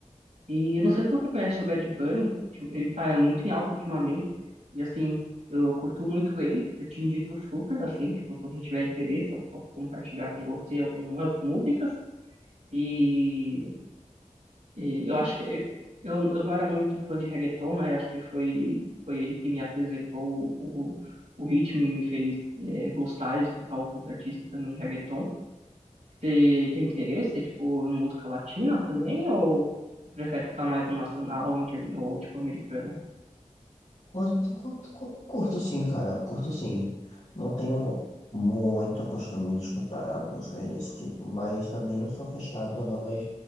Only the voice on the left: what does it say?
Curto, curto, cu- curto sim, cara, curto sim. Não tenho muito costume de escutar músicas desse tipo, mas também não sou fechado a novas,